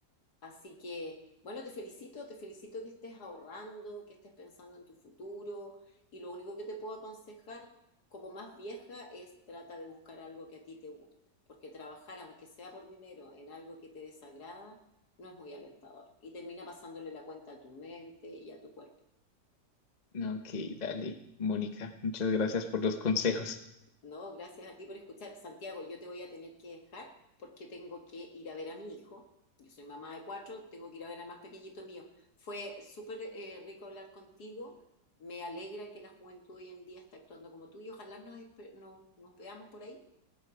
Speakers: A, on the left; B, on the left.
A: Así que, bueno, te felicito, te felicito que estés ahorrando, que estés pensando en tu futuro y lo único que te puedo aconsejar como más vieja es trata de buscar algo que a ti te guste, porque trabajar, aunque sea por dinero, en algo que te desagrada, no es muy alentador y termina pasándole la cuenta a tu mente y a tu cuerpo.
B: No, Ok, dale, Mónica. Muchas gracias por los consejos.
A: No, gracias a ti por escuchar. Santiago, yo te voy a tener que dejar porque tengo que ir a ver a mi hijo. Yo soy mamá de cuatro, tengo que ir a ver al más pequeñito mío. Fue súper eh, rico hablar contigo. Me alegra que la juventud hoy en día está actuando como tú y ojalá nos, espe- no- nos veamos por ahí.